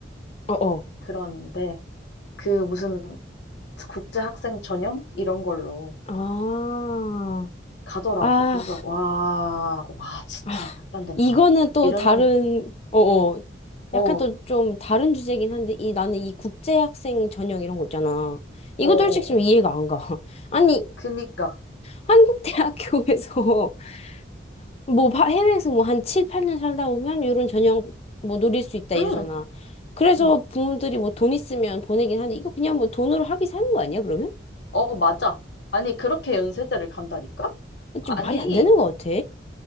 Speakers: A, on the left (about 35°); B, on the left (about 65°).
A: 어어.
B: 그런데 그 무슨 국제 학생 전형 이런 걸로
A: 아,
B: 가더라고.
A: 아,
B: 그래서 와, 와 진짜
A: 아,
B: 말도 안 된다.
A: 이거는 또
B: 이런
A: 다른, 어어.
B: 어,
A: 약간 또
B: 어,
A: 좀 다른 주제긴 한데, 이, 나는 이 국제학생 전형 이런 거 있잖아. 이것도
B: 어, 어.
A: 솔직히 좀 이해가 안 가. <laughs> 아니,
B: 그니까.
A: 한국 대학교에서, <laughs> 뭐, 바- 해외에서 뭐 한 7, 8년 살다 오면 이런 전형 뭐 노릴 수 있다
B: 응.
A: 이러잖아. 그래서
B: 응.
A: 부모들이 뭐 돈 있으면 보내긴 하는데, 이거 그냥 뭐 돈으로 학위 사는 거 아니야, 그러면?
B: 어, 맞아. 아니 그렇게 연세대를 간다니까? 아니
A: 좀 말이 안 되는 것 같아.